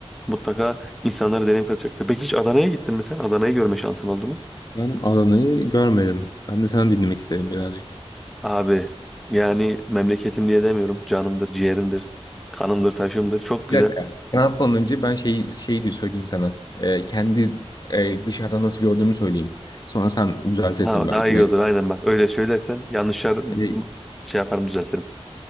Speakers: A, in the centre; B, on the left.
A: mutlaka insanlara deneyim katacaktır. Peki hiç Adana'ya gittin mi sen? Adana'yı görme şansın oldu mu?
B: Ben Adana'yı görmedim. Ben de sana dinlemek isterim birazcık.
A: Abi yani memleketim diye demiyorum. Canımdır, ciğerimdir, kanımdır, taşımdır. Çok güzel.
B: Bir dakika. Sen atmadan önce ben şey şeyi de söyleyeyim sana. E, kendi e, dışarıdan nasıl gördüğümü söyleyeyim. Sonra sen düzeltirsin
A: Ha,
B: belki
A: daha iyi
B: beni.
A: olur aynen bak. Öyle söylersen yanlışlar
B: E,
A: şey yaparım düzeltirim.